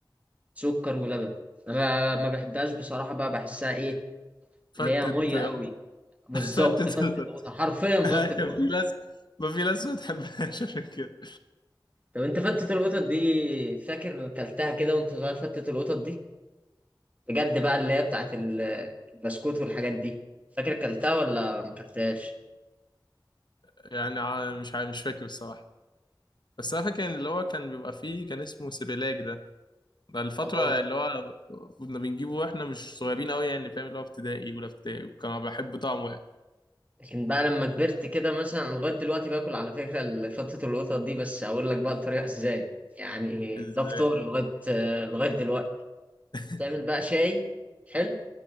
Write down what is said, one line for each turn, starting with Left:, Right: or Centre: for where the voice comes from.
Right: سكر ولبن أنا ما بحبهاش بصراحة بقى بحسها إيه
Left: فتت
Right: اللي هي مية قوي
Left: <laughs>
Right: بالظبط
Left: فتت
Right: فتت قطط حرفيا فتت
Left: ايوه
Right: قطط
Left: في ناس ما في ناس ما بتحبهاش عشان كده
Right: طب انت فتت القطط دي فاكر كلتها كده وانت صغير فتت القطط دي بجد بقى اللي هي بتاعت ال- البسكوت والحاجات دي فاكر كلتها ولا ما كلتهاش
Left: يعني ع- مش عا- مش فاكر الصراحه بس انا فاكر إن اللي هو كان بيبقى فيه كان اسمه سيبيلاك ده ده الفتره
Right: اه
Left: اللي هو كنا بنجيبه واحنا مش صغيرين قوي يعني فاهم اللي هو ابتدائي ولا ابتدائي وكان بحب طعمه يعني
Right: لكن بقى لما كبرت كده مثلا أنا لغايه دلوقتي باكل على فكره ال- فتت القطط دي بس هقول لك بقى الطريقه ازاي يعني
Left: ازاي
Right: ده فطوري لغايه لغايه دلوقتي
Left: <laughs>
Right: تعمل بقى شاي حلو